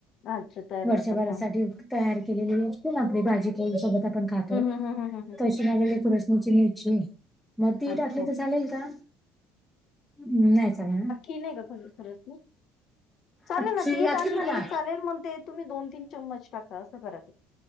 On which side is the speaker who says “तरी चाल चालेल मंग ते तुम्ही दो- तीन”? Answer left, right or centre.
Left